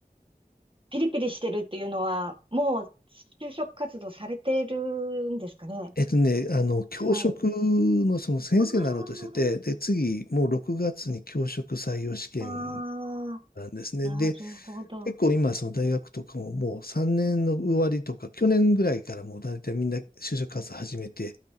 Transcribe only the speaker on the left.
えっとね、あの、教職のその先生になろうとしてて、
で、次、もう6月に教職採用試験
なんですね。
で、結構今、その大学とかももう3年の終わりとか、去年ぐらいからもう大体みんな就職活動始めて、